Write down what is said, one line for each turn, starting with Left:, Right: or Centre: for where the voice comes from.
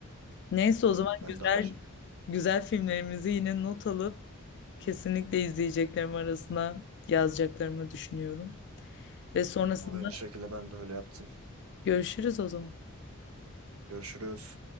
Left: Neyse
Right: Ya
Left: o zaman
Right: ben
Left: güzel
Right: de aynı şekilde.
Left: güzel filmlerimizi yine not alıp kesinlikle izleyeceklerim arasına yazacaklarımı düşünüyorum. Ve sonrasında
Right: Aynı şekilde ben de öyle yaptım.
Left: görüşürüz o zaman.
Right: Görüşürüz.